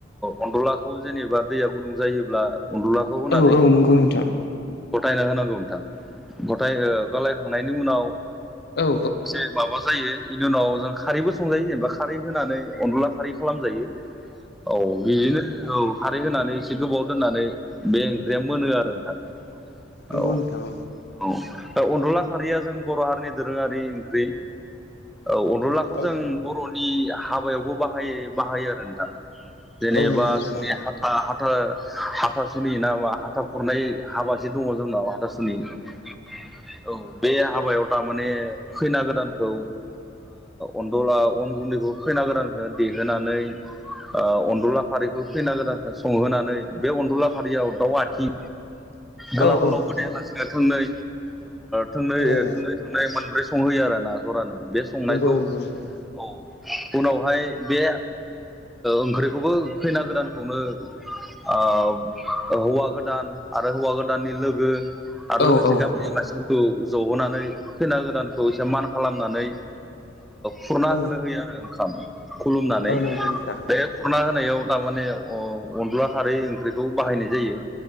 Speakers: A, in the centre; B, on the left.
A: अनलाखौ जेनेबा दैया गुदुं जायोब्ला अनदलाखौ होनानै
B: औ औ नंगौ नोंथां
A: गथायना होनांगौ नोंथां गथाय गलायखांनायनि उनाव
B: औ
A: एसे माबा जायो इनि उनाव जों खारैबो संजायो जेनेबा खारै होनानै अनला खारै खालामजायो औ बिदिनो औ खारै होनानै एसे गोबाव दोननानै बे जे मोनो आरो नोंथां
B: नंगौ
A: औ
B: नोंथां
A: औ दा अनला खारिया जों बर' हारिनि दोरोङारि ओंख्रि अनलाखौ
B: औ
A: जों बर'नि हाबायावबो बाहायो-बाहायो आरो नोंथां जेनेबा
B: औ नंगौ नोंथां
A: जोंनि हा हाथा हाथासुनि ना मा हाथा खुरनाय हाबा जे दङ जोंनाव औ बे हाबायाव थारमाने खैना गोदानखौ अनला अन गुन्दैखौ खैना गोदानखौ ओ देहोनानै ओ अनला खारिखौ खैना गोदान संहोनानै बे अनला खारियाव दाउ आथिं गोलाव
B: औ औ
A: गोलावबो गोदायालासे थोंनै थोंनै ओ
B: औ
A: थोंनै थोंनै मोनब्रै संहैयो आरोना जरानै बे संनायखौ
B: नंगौ नंगौ नोंथां
A: औ उनावहाय बे ओंख्रिखौबो खैना गोदानखौनो हौवा गोदान आरो हौवा गोदाननि लोगो आरो
B: औ
A: लोगोसे
B: औ
A: गामिनि मानसिफोरखौ खौ जहोनानै खैना गोदानखौ एसे मान खालामनानै खुरना
B: औ
A: होनो होयो आरो ओंखाम खुलुमनानै
B: औ नंगौ नोंथां
A: बे खुरना हो होनायाव थारमाने अनला खारै ओंख्रिखौ बाहायनाय जायो